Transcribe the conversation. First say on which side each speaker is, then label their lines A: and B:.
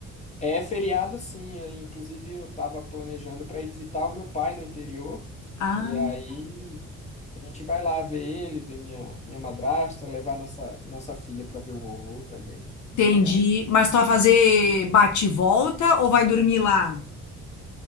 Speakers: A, on the left; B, on the left.
A: É feriado, sim. aí, Inclusive, eu estava planejando para ir visitar o meu pai no interior.
B: Ah,
A: E aí a gente vai lá ver ele, ver minha, minha madrasta, levar nossa, nossa filha para ver o vovô também. Bem
B: entendi.
A: legal.
B: Mas tu vai fazer bate e volta ou vai dormir lá?